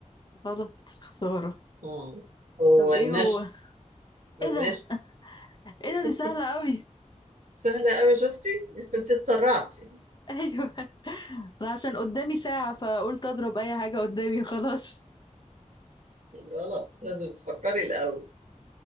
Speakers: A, on the left; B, on the right.
A: غلط خسارة
B: آه، هو
A: طب ايه
B: المشط
A: هو
B: المشط
A: ايه ده ايه
B: <laughs>
A: ده دي سهلة قوي
B: سهلة أوي شفتي <laughs> أنت اتسرعتي
A: <laughs> ايوه انا عشان قدامي ساعة فقلت اضرب اي حاجة قدامي خلاص
B: غلط لازم تفكري الأول